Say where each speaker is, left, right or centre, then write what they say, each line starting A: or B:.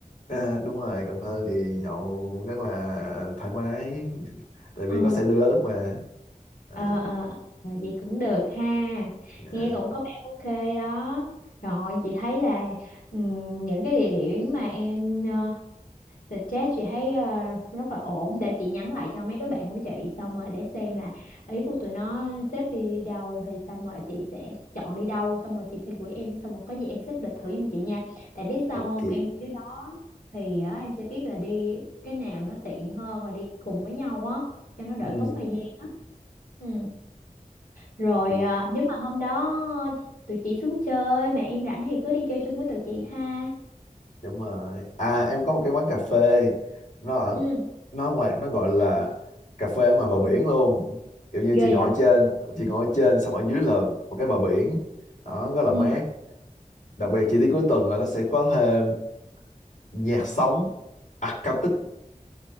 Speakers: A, on the left; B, on the left.
A: à, đúng rồi Cần Thơ thì nhậu rất là thoải mái <laughs> tại vì
B: Ờ.
A: có xe đưa rước mà à,
B: ờ ờ ờ, vậy cũng được ha
A: à,
B: nghe cũng có vẻ ok đó rồi chị thấy là ừm, những cái địa điểm mà em ờ, suggest chị thấy ờ, rất là ổn để chị nhắn lại cho mấy đứa bạn của chị xong rồi để xem là ý của tụi nó xếp đi đâu thì xong rồi chị sẽ chọn đi đâu xong rồi chị sẽ gửi em xong rồi có gì em xếp lịch thử giùm chị nha tại biết sao
A: ok
B: không em ở dưới đó thì á, em sẽ biết là đi cái nào nó tiện hơn rồi đi cùng với nhau á cho nó đỡ
A: ừ,
B: tốn thời gian á ừ rồi
A: ok
B: à, nếu mà hôm đó tụi chị xuống chơi mà em rảnh thì cứ đi chơi chung với tụi chị ha.
A: đúng rồi à em có một cái quán cà phê nó ở
B: Ừ,
A: nó ngoài nó gọi là cà phê ở ngoài bờ biển luôn kiểu như
B: ghê
A: chị ngồi
B: vậy?
A: ở trên chị ngồi ở trên xong ở dưới là một cái bờ biển đó rất là
B: Ừ,
A: mát đặc biệt chị đi cuối tuần là nó sẽ có thêm nhạc sống acoustic